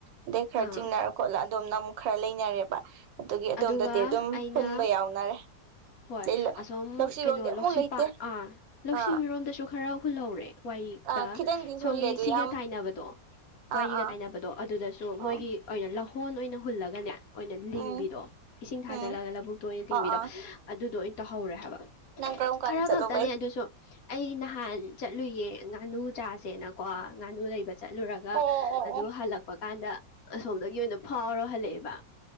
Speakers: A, on the right; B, on the left.
A: ꯑꯗꯩ ꯈꯔ
B: ꯑꯥ
A: ꯆꯤꯡꯅꯔ ꯈꯣꯠꯂ ꯑꯗꯣꯝꯅ ꯑꯃꯨꯛ ꯈꯔ ꯂꯩꯅꯔꯦꯕ ꯑꯗꯨꯒꯤ ꯑꯗꯣꯝꯗꯗꯤ
B: ꯑꯗꯨꯒ
A: ꯑꯗꯨꯝ
B: ꯑꯩꯅ
A: ꯍꯨꯟꯕ ꯌꯥꯎꯅꯔꯦ
B: ꯍꯣꯏ
A: ꯑꯗꯩ
B: ꯑꯁꯣꯝ
A: ꯂꯧꯁꯤꯔꯣꯝꯗꯤ
B: ꯀꯩꯅꯣ
A: ꯑꯃꯨꯛ
B: ꯂꯧꯁꯤ
A: ꯂꯩꯇꯦ
B: ꯄꯥꯠ ꯑꯥ ꯂꯧꯁꯤꯔꯣꯝꯗꯁꯨ
A: ꯑꯥ
B: ꯈꯔ ꯍꯨꯜꯍꯧꯔꯦ ꯋꯥꯏ ꯀꯥ
A: ꯑꯥ ꯈꯤꯇꯪꯗꯤ
B: ꯁꯣꯝꯒꯤ
A: ꯍꯨꯜꯂꯦ ꯑꯗꯨ
B: ꯁꯤꯒ
A: ꯌꯥꯝ
B: ꯇꯥꯏꯅꯕꯗꯣ ꯋꯥꯔꯤꯒ
A: ꯑꯥ ꯑꯥ
B: ꯇꯥꯏꯅꯕꯗꯣ ꯑꯗꯨꯗꯁꯨ ꯃꯣꯏꯒꯤ
A: ꯑꯥ
B: ꯑꯣꯏꯅ ꯂꯧꯍꯣꯟ ꯑꯣꯏꯅ ꯍꯨꯜꯂꯒꯅꯦ ꯑꯣꯏꯅ ꯂꯤꯡꯕꯤꯗꯣ
A: ꯎꯝ
B: ꯏꯁꯤꯡ ꯊꯥꯖꯤꯜꯂꯒ
A: ꯎꯝ
B: ꯂꯧꯕꯨꯛꯇ ꯑꯣꯏꯅ ꯇꯤꯡꯕꯤꯗꯣ
A: ꯑꯥ ꯑꯥ
B: ꯑꯗꯨꯗꯣ ꯑꯣꯏꯅ ꯇꯧꯍꯧꯔꯦ ꯍꯥꯏꯕ
A: ꯅꯪ ꯀꯔꯝ ꯀꯥꯟꯗ
B: ꯈꯔ
A: ꯆꯠꯂꯨꯕꯩ
B: ꯈꯛꯇꯅꯦ ꯑꯗꯨꯁꯨ ꯑꯩ ꯅꯍꯥꯟ ꯆꯠꯂꯨꯏꯌꯦ ꯉꯥꯅꯨ ꯆꯥꯁꯦꯅꯀꯣ ꯉꯥꯅꯨ ꯂꯩꯕ ꯆꯠꯂꯨꯔꯒ
A: ꯑꯣ ꯑꯣ ꯑꯣ
B: ꯑꯗꯨ
A: ꯑꯣ
B: ꯍꯜꯂꯛꯄ ꯀꯥꯟꯗ ꯑꯁꯣꯝꯗꯒꯤ ꯑꯣꯏꯅ ꯐꯥꯎꯔ ꯍꯜꯂꯛꯑꯦꯕ